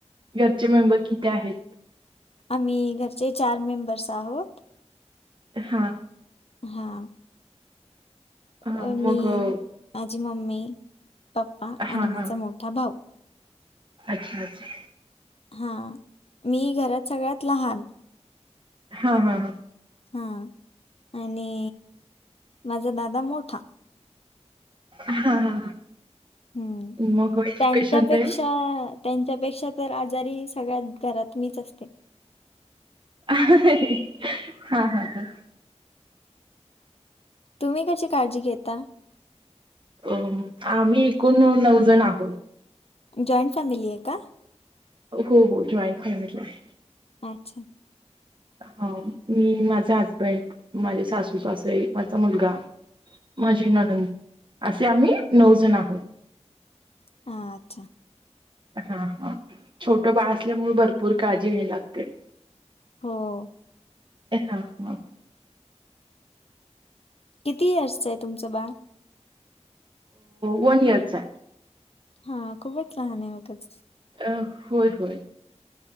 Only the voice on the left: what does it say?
आम्ही घरचे चार मेंबर्स आहोत.
हा.
अ मी
माझी मम्मी, पप्पा
आणि
माझा मोठा भाऊ
हा मी घरात सगळ्यात लहान.
हा आणि माझा दादा मोठा.
हम्म
त्यांच्यापेक्षा.
त्यांच्यापेक्षा तर आजारी सगळ्यात घरात मीच असते.
तुम्ही कशी काळजी घेता?
जॉईंट फॅमिली आहे का?
अच्छा!
अ अच्छा!
हो.
किती इयर्सचं आहे तुमचं बाळ.
हा खूपच लहान आहे मगच.